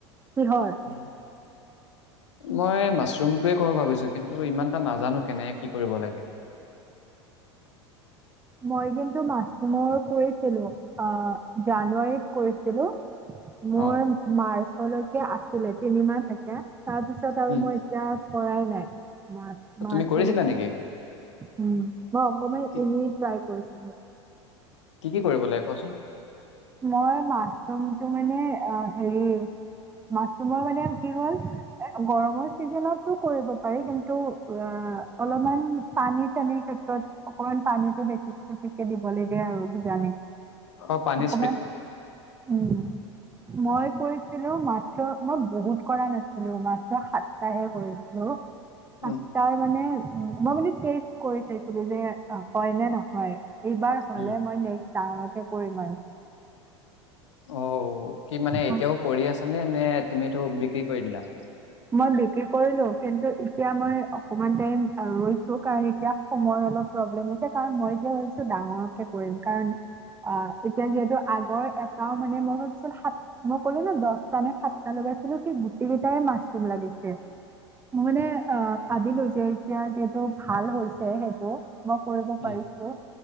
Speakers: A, on the right; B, on the left.
A: কিহৰ
B: উম মই মাছৰুমটোৱে কৰ ভাবিছো কিন্তু ইমান এটা নাজানো কেনে কি কৰিব লাগে
A: মই কিন্তু মাছমৰ কৰিছিলো অ জানুৱাৰীত কৰিছিলো মোৰ
B: অ
A: মাৰ্চ লৈকে আছিলে তিনি মাহ থাকে তাৰপিছত আৰু
B: উম
A: মই এতিয়া কৰাই নাই ম
B: তুমি
A: মাৰ্চালৈকে
B: কৰিছিলা নেকি?
A: উম মই অকনমান
B: কি
A: এনেই ট্ৰাই কৰিছো উ <inaudible>
B: কি কি কৰিব লাগে কোৱাচোন‌
A: মই মাছৰুমতটো মানে অ হেৰি মাছৰুমৰ মানে কি হ'ল এ গৰমৰ চিজনতটো কৰিব পাৰি কিন্তু অ অলপমান পানী চানীৰ ক্ষেত্ৰত অকমান পানীতটো বেছিক বেছিকে দিব লাগে আৰু কিজানি
B: অ পানী
A: উ মই
B: উম
A: কৈছিলো‌ মাত্ৰ মই বহুত কৰা নাছিলো মাত্ৰ সাতটাহে কৰিছিলো
B: উম
A: আ তাৰ মানে মই মানে টেষ্ট কৰি চাইছিলো যে হয় নে নহয় এইবাৰ হলে
B: উম
A: মই নেক্স ডাঙৰকে কৰিম আৰু
B: অ কি মানে
A: ত'
B: এতিয়াও কৰি আছা নে নে তুমি এইটো বিক্ৰী কৰি দিলা
A: মই বিক্ৰী কৰিলো কিন্তু এতিয়া মই অকমান টাইম ৰৈছো কাৰণ এতিয়া সময় অলপ প্ৰব্লেম হৈছে কাৰণ মই এতিয়া ভাবিছো ডাঙৰকে কৰিম কাৰণ অ এতিয়া যিহেতু আগৰ এটাও মানে মই ভাবিছিলো সাত মই কলো ন দহটা নে সাতটা লগাইছিলো কি গোটেই কেইটাই মাছ লাগিছিল মই মানে আহ ভাবিলো যে এতিয়া যিহেটো ভাল হৈছে সেইটো মই কৰিব
B: উম
A: পাৰিছো